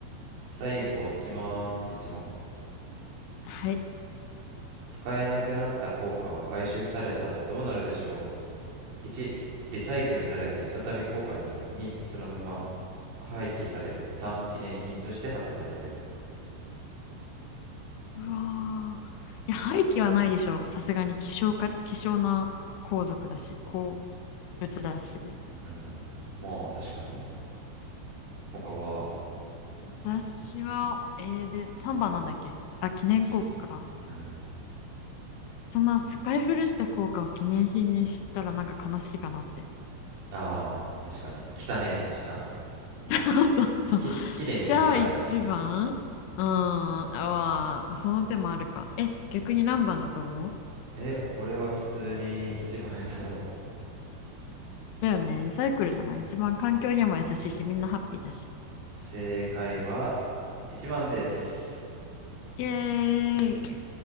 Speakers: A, on the right; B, on the left.
A: 最後いきます。1問。
B: はい。
A: 使えなくなった硬貨は回収された後どうなるでしょう ?1、リサイクルされて再び硬貨になる。2、そのまま廃棄される。3、記念品として発売される。
B: うわー。いや、廃棄はないでしょさすがに希少か、希少な皇族だし、鉱物だし。
A: うん、まあ確かに。他は
B: 私は、えー、で、3番なんだっけあ、記念硬貨。
A: き、うん。
B: そんな使い古した硬貨を記念品にしたらなんか悲しいかなって。
A: ああ、確かに。汚ねえしな。
B: <laughs> そうそうそう。
A: きれ、きれいにしてからでも。
B: じゃあ一番。うーん。あーまあ、その手もあるか。え、逆に何番だと思う
A: え、俺は普通に一番やと思う。
B: だよね。リサイクルじゃない一番環境にも優しいし、みんなハッピーだし。
A: 正解は一番です。
B: イエーイ。